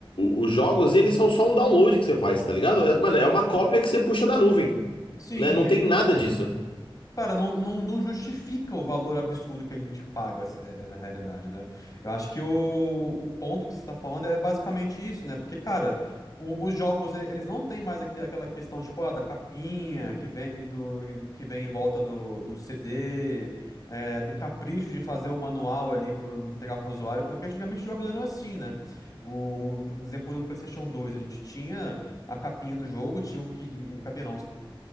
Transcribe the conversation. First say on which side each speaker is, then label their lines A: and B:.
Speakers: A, on the left; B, on the left.
A: o- os jogos e eles são só um download que você faz, tá ligado? É, mano, é uma cópia que você puxa da nuvem,
B: Sim,
A: né? Não
B: e aí.
A: tem nada disso.
B: Cara, não, não, não justifica o valor absurdo que a gente paga, se- é, na realidade, né? Eu acho que o, o ponto que você está falando é basicamente isso, né? Porque, cara, o- os jogos, eh, eles não têm mais aqui- aquela questão, tipo, ah, da capinha que vem do que vem em volta do, do CD, eh, do capricho de fazer o manual ali para entregar pro usuário, porque antigamente os jogos eram assim, né? O, no exemplo do PlayStation dois a gente tinha a capinha do jogo, tinha o que. Capinha não,